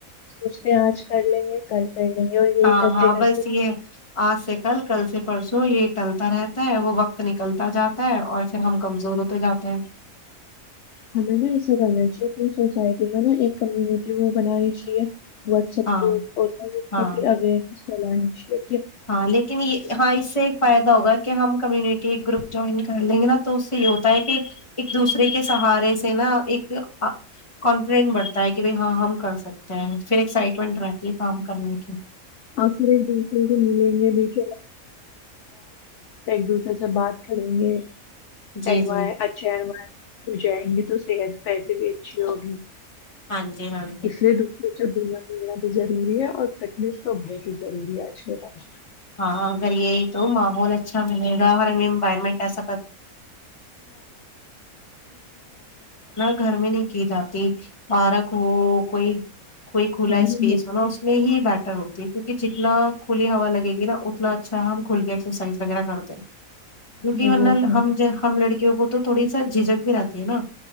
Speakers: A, on the left; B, on the left.
A: سوچتے ہیں آج کر لیں گے کل کر لیں گے اور یہی
B: ہاں
A: کرتے
B: ہاں
A: کرتے
B: بس یہ آج سے کل کل سے پرسوں یہ لتا رہتا ہے وہ وقت نکلتا جاتا ہے اور پھر ہم کمزور ہوتے جاتے ہیں
A: ہمیں نا ایسا کرنا چاہیے اپنی سوسائٹی میں نا ایک کمیونٹی وہ بنانی چاہیے واٹسپ
B: ہاں
A: گروپ اورہ
B: ہاں
A: پھر اویر چلانچی
B: ہاں لیکن ہاں اس سے ایک فائدہ ہوگا کہ ہم کمیونٹی ایک گروپ جوائن کر لیں گے نا تو اس سے یہ ہوتا ہے کہ ایک دوسرے کے سہارے سے نا ایک کانفیڈینس بڑھتا ہے کہ بھائی ہاں ہم کر سکتے تھینک <inaudible> پھر ایکسائٹمنٹ رہتی ہے کام کرنے اچھ <inaudible>
A: اور <inaudible> ملیں گے بیچھے ایک دوسرے سے بات کریں گے اچھے
B: جی جی
A: انویرنامنٹ میں جائیں گے تو صحت پیسے بھی اچھی ہوگی
B: ہاں جی ہاں جی
A: اس لیے دسے <inaudible> دوری ہے اور فٹنیس تواں بہت ہی ضری ہے آج کے ٹائم
B: ہاں اگر یہی تو محول اچھا ملے گا ہر میں ارز گھر میں نہیں جات کو کوئی کوئی کھلا
A: میں۔ نہیں
B: اسپیس ہوناا اس میں ہی بیٹر ہوتی ہے کیونکہ جتنا ک ہ ہوا لگےا یہ نا اتنا اچھا ہم کھل کے ایکسرسائز وغیرہ کرتے ہیں کیونکہ
A: یہ
B: مورہ
A: تو
B: ہم ج ہم لڑکیوں وہ تو تھوڑی سا جھجک بھی رہتی ہے نا